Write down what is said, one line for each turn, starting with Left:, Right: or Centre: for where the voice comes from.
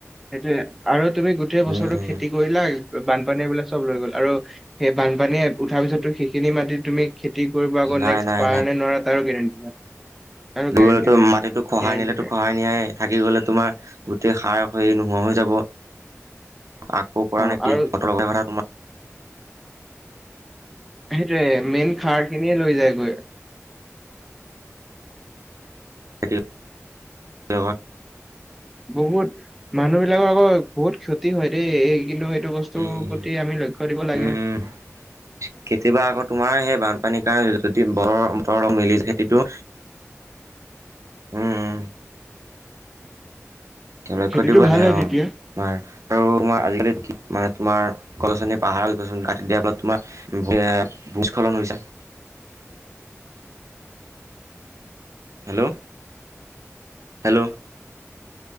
Centre: সেইটোয়ে আৰু তুমি গোটেই বছৰৰতটো
Right: উম উম
Centre: খেতি কৰিলা বানপানী এইবিলাক চব লৈ গ'ল আৰু সেই বানপানীয়ে উঠাৰ পিছতো সেইখিনি মাটিত তুমি খেতি কৰিব আকৌ
Right: নাই
Centre: নেক্সট
Right: নাই
Centre: পাৰ নে নোৱাৰা তাৰো গেৰেণ্টি নাই। তাৰো গেৰেণ্টি
Right: গলে টো
Centre: নাই
Right: মাটিতো খহাই
Centre: গেৰেণ্টি
Right: নিলেতো
Centre: নাই
Right: খহাই নিয়াই, থাকি গ'লে তোমাৰ গোটেই সাৰ নোহোৱা হৈ যাব। আকৌ কৰা
Centre: অ
Right: নেকি
Centre: আৰু
Right: অল কথা তোমাৰ
Centre: সেইটোৱে মেইন খাৰ কিনিয়ে লৈ যায়গৈ।
Right: ব্যহৰ <unintelligible>
Centre: বহুত মানুহ বিলাকৰ আকৌ বহুত ক্ষতি হয় দেই এই কিন্তু বস্তুৰ
Right: উম'-উম'-উম',
Centre: প্ৰতি আমি লক্ষ্য দিব লাগে
Right: কেতিয়াবা আকৌ তোমাৰ হে বান পানীৰ কাৰণ যদি বৰৰ বতৰ অলপ মেলি খেতিটো উম এ লক্ষ্য
Centre: খেতিটো
Right: দিব লাগে
Centre: ভাল হয়
Right: অ',
Centre: তেতিয়া
Right: তমাৰ আৰু তমাৰ আজিকালি মানে তোমাৰ গলছনী পাহাৰ গছ কাটি দিয়াৰ পেলত তোমাৰ ভূস্খলন হৈ হৈছে। <inaudible> Hello?, hello?